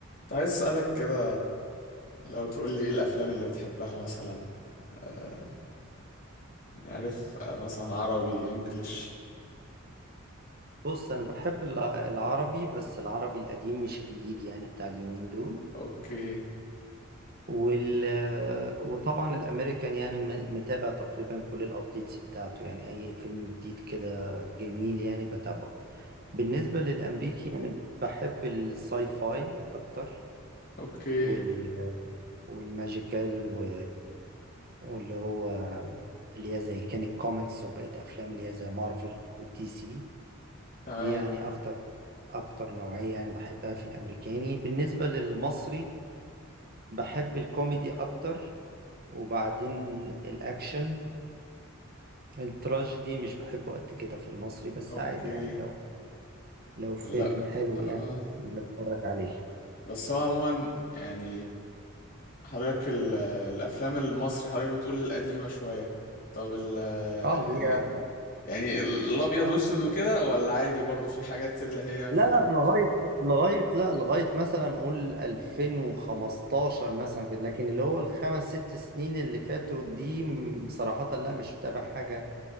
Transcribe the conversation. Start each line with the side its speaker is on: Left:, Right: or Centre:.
Left: كنت عايز أسألك كده لو تقول لي إيه الأفلام اللي بتحبها مثلا آه عارف آه مثلا عربي إنجليش
Right: بص انا بحب الع- العربي بس العربي القديم مش الجديد يعني بتاع اليومين دول
Left: أوكي
Right: وال وطبعا الامريكان يعني م- متابع تقريبا كل الابديتس بتاعته يعني اي فيلم جديد كده جميل يعني بتابعه بالنسبه للامريكي يعني بحب الساي فاي اكتر
Left: أوكي
Right: وال والماجيكال و... واللي هو اللي هي زي كانت كوميكس وبقت افلام اللي هي زي مارفل والدي سي
Left: تمام
Right: دي يعني اكتر اكتر نوعية يعني بحبها في الامريكاني بالنسبة للمصري بحب الكوميدي اكتر وبعدين الاكشن التراجيدي مش بحبه قد كده في المصري بس
Left: أوكي
Right: عادي يعني لو لو فيلم
Left: لا
Right: حلو
Left: آه
Right: يعني بنتفرج عليه
Left: بس هو عموما يعني حضرتك ال- الأفلام المصري حضرتك بتقول القديمة شوية طب ال
Right: اه اللي
Left: إيه؟
Right: هي
Left: يعني الأبيض
Right: اه
Left: وأسود وكده ولا عادي برضو في حاجات اللي هي
Right: لا
Left: في
Right: لا
Left: ال...
Right: لغاية
Left: في-
Right: لغاية لا لغاية مثلا نقول 2015 مثلا كده لكن اللي هو الخمس ست سنين اللي فاتوا دي م- صراحة لا مش متابع حاجة